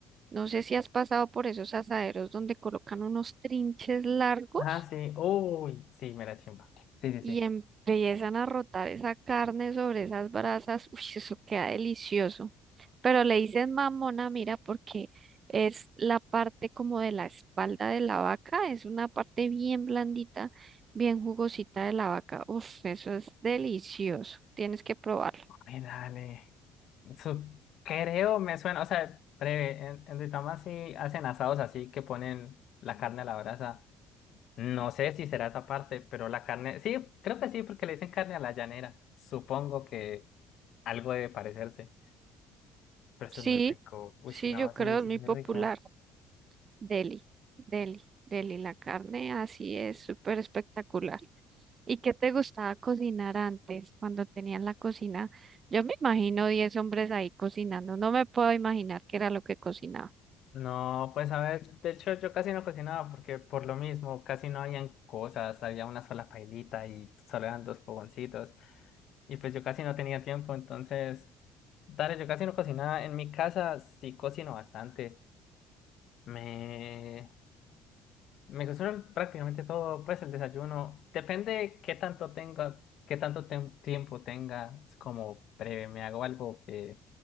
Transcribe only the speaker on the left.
Ajá, sí, uy, sí, me la chimba. Sí, sí,
sí.
Ay, dale. Su- creo, me suena, o sea, breve, en, en Duitama sí hacen asados así que ponen la carne a la brasa. No sé si será esa parte, pero la carne, sí, creo que sí, porque le dicen carne a la llanera. Supongo que algo debe parecerse, pero eso
es muy rico. Uy,
no,
sí, eso
es muy
rico.
No, pues a ver, de hecho yo casi no cocinaba porque por lo mismo casi no habían cosas, había una sola pailita y solo eran dos fogoncitos y pues yo casi no tenía tiempo, entonces, dale, yo casi no cocinaba. En mi casa sí cocino bastante. Me Me cocino prácticamente todo, pues el desayuno. Depende qué tanto tenga, qué tanto tem- tiempo tenga. Es como breve, me hago algo que